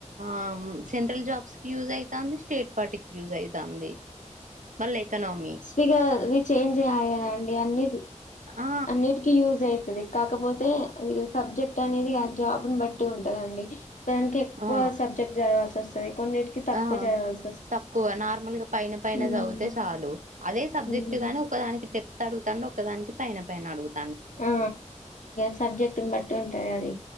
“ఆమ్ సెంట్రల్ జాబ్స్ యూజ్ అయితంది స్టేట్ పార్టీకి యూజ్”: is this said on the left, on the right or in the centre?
Right